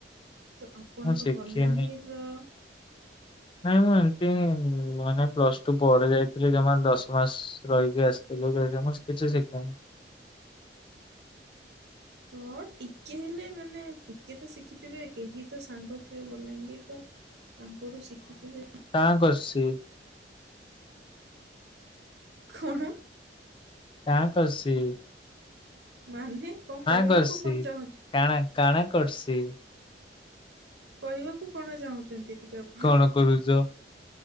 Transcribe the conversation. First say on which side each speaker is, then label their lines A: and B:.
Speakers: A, on the right (about 65°); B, on the left (about 30°).
A: ତ ଆପଣ
B: ମୁଁ ଶିଖିନି।
A: ତ ବଲାଙ୍ଗୀରର।
B: ନାଇଁ ମୁଁ ଏମିତି ହିଁ ମାନେ ପ୍ଲସ ଟୁ ପରେ ଯାଇଥିଲି ଯମା ଦଶ ମାସ ରହିକି ଆସିଥିଲି ଯେ ମୁ କିଛି ଶିଖିନି।
A: ତ ଟିକେ ହେଲେ ମାନେ ଟିକେ ତ ଶିଖିଥିବେ କେହି ତ ସାଙ୍ଗ ଥିବେ ବଲାଙ୍ଗୀରି ର। ତାଙ୍କଠୁ ଶିଖିଥିବେ।
B: ତା ଙ୍କସି
A: ଖଣ?
B: ଟାଁକଷି
A: ମାନେ କଣ କହିବାକୁ
B: କରସି?
A: କଣ ଚାହୁଁଛ?
B: କାଣା କାଣା କରୁସି?
A: କହିବାକୁ କଣ ଚାହୁଁଛନ୍ତି ଟିକେ ଆପ
B: କଣ କରୁଛ?